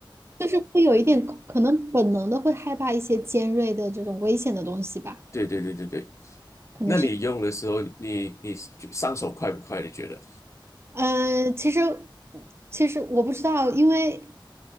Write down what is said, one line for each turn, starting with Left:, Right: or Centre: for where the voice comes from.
Right: 就是会有一点可能本能的会害怕一些尖锐的这种危险的东西吧，
Left: 对对对对对，
Right: 可能是，
Left: 那你用的时候，你你就上手快不快？你觉得？
Right: 嗯、其实其实我不知道，因为